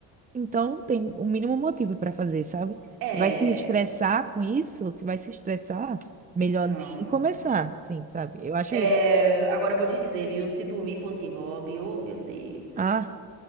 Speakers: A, on the right; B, on the right.
A: então tem o mínimo motivo para fazer, sabe?
B: é,
A: Você vai se estressar com isso? Se vai se estressar, melhor
B: não.
A: nem começar, sim, sabe? Eu acho,
B: É,
A: isso.
B: agora eu vou te dizer, viu? Se dormir fosse hobby, oh meu Deus.
A: ah,